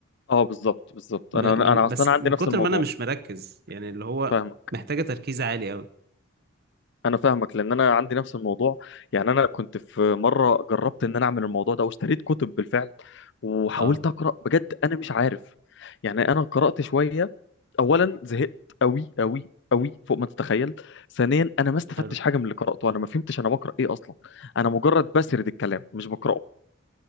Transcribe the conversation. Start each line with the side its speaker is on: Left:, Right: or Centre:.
Left: اه بالظبط بالظبط
Right: م-
Left: انا انا
Right: من بس
Left: اصلا عندي
Right: من
Left: نفس
Right: كتر
Left: الموضوع
Right: ما انا مش مركز يعني اللي هو
Left: فاهمك
Right: محتاجة تركيز عالي قوي
Left: انا فاهمك لان انا عندي نفس الموضوع يعني انا كنت في مره جربت ان انا اعمل الموضوع ده واشتريت كتب بالفعل وحاولت
Right: اه
Left: اقرا بجد انا مش عارف يعني انا قرات شويه اولا زهقت قوي قوي قوي فوق ما تتخيل ثانيا انا ما استفدتش
Right: حلو
Left: حاجه من اللي قراته انا ما فهمتش انا بقرا ايه اصلا انا مجرد بسرد الكلام مش بقراه